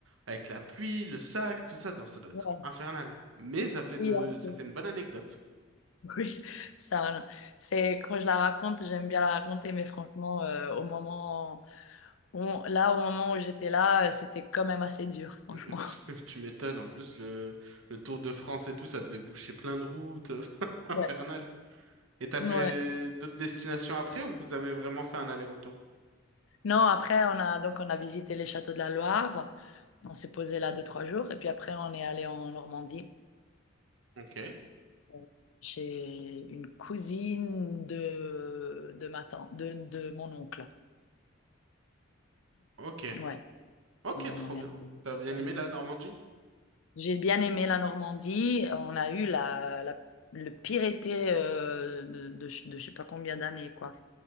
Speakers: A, on the right; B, on the left.
A: avec la pluie, le sac, tout ça, donc ça doit être
B: Ouais.
A: infernal. Mais ça fait
B: Oui,
A: de,
B: ok.
A: ça fait une bonne anecdote.
B: Oui, ça, c'est quand je la raconte, j'aime bien la raconter, mais franchement, euh, au moment où, là, au moment où j'étais là, euh, c'était quand même assez dur, franchement.
A: <laughs> Tu tu m'étonnes, en plus le, le Tour de France et tout, ça devait boucher plein de routes, <laughs> infernal.
B: Ouais.
A: Et t'as
B: Ouais.
A: fait d'autres destinations après ou vous avez vraiment fait un aller-retour?
B: Non, après, on a donc on a visité les châteaux de la Loire, on s'est posé là deux, trois jours, et puis après, on est allé en Normandie
A: Ok.
B: euh, chez une cousine de, de ma tante, de, de mon oncle.
A: Ok.
B: Ouais,
A: Ok,
B: alors
A: trop
B: on est
A: bien.
B: allé
A: T'as bien
B: faire
A: aimé
B: des visites.
A: la Normandie?
B: J'ai bien aimé la Normandie. On a eu la, la- le pire été euh, de, de, je de je sais pas combien d'années, quoi.